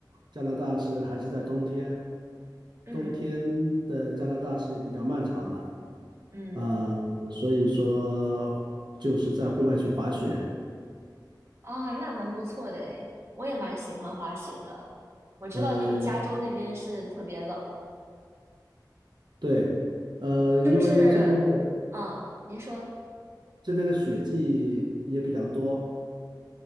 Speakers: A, on the right (about 75°); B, on the right (about 35°).
A: 加拿大是还是在冬天，
B: 嗯
A: 冬天的加拿大是比较漫长的，
B: 嗯，
A: 呃，所以说就是在户外去滑雪。
B: 啊，那蛮不错的诶，我也蛮喜欢滑雪的。我知道这个加州那边是特别冷，
A: 嗯，对，呃，因为这边的
B: 是不是？嗯，您说，
A: 这边的雪季也比较多，